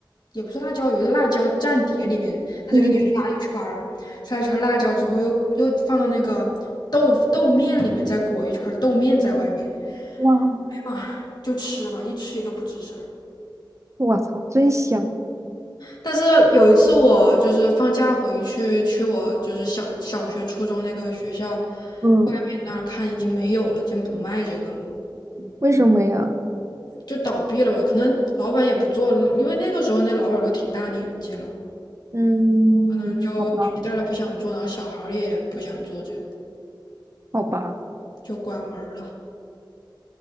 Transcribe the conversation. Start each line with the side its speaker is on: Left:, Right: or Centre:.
Left: 也不是辣椒油的辣椒蘸碟里面，它就给你刷一圈儿，
Right: 嗯，
Left: 刷一圈儿辣椒之后又又放到那个豆腐豆面里面，再裹一圈儿豆面在外面，
Right: 哇，
Left: 哎妈，就吃吧，一吃一个不吱声儿。
Right: 我操，真香。
Left: 但是有一次我就是放假回去去我就是小小学初中那个学校
Right: 嗯，
Left: 外面那儿看已经没有了，已经不卖这个了。
Right: 为什么呀？
Left: 就倒闭了吧，可能老板也不做了，因为那个时候那老板都挺大年纪了，
Right: 嗯，
Left: 嗯，就年纪大了不想做，
Right: 好吧，
Left: 然后小孩儿也不想做这个，
Right: 好吧，
Left: 就关门儿了。